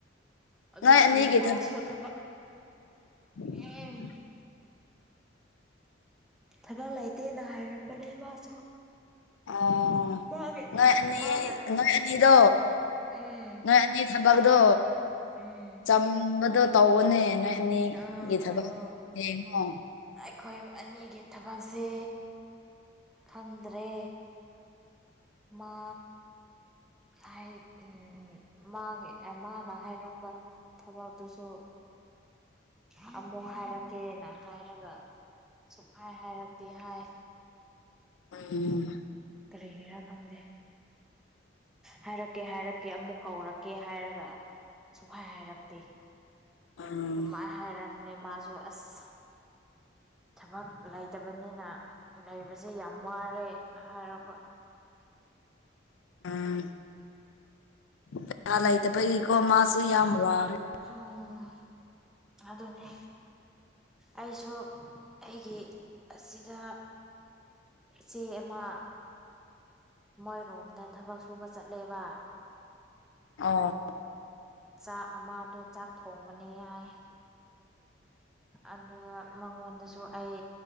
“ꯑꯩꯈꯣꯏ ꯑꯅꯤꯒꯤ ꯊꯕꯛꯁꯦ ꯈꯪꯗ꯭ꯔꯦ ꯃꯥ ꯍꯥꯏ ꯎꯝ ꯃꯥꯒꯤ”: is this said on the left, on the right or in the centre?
Centre